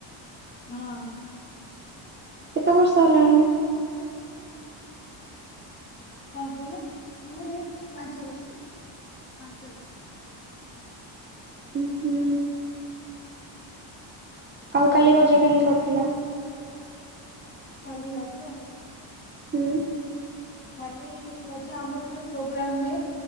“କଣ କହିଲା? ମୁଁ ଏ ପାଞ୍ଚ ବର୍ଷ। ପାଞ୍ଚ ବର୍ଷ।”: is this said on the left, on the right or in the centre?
Left